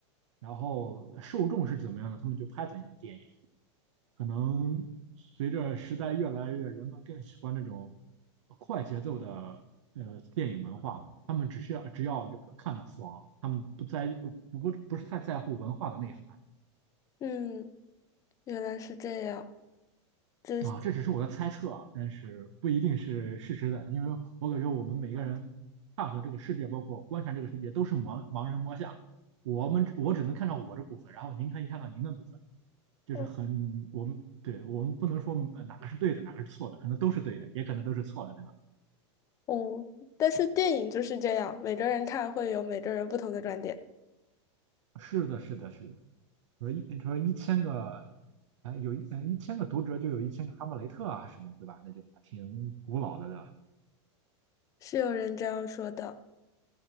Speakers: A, on the right; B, on the left.
A: 然后受众是怎么样的，他们就拍怎样的电影。可能随着时代越来越，人们更喜欢那种快节奏的呃电影文化，他们只需要只要这个看得爽，他们不在不不不是太在乎文化的内涵。
B: 嗯，原来是这样，这是
A: 啊，这只是我的猜测啊，但是不一定是事实的，因为我感觉我们每个人看和这个世界，包括观察这个世界，都是盲盲人摸象。我们只我只能看到我这部分，然后您可以看到您的部分。就是很我们对我们不能说呃哪个是对的，
B: 哦，
A: 哪个是错的，可能都是对的，也可能都是错的，对吧？
B: 哦但是电影就是这样，每个人看会有每个人不同的观点，
A: 是的，是的，是的。说一说一千个，哎，有一呃一千个读者就有一千个哈姆雷特啊，什么对吧？那就挺古老的了。
B: 是有人这样说的。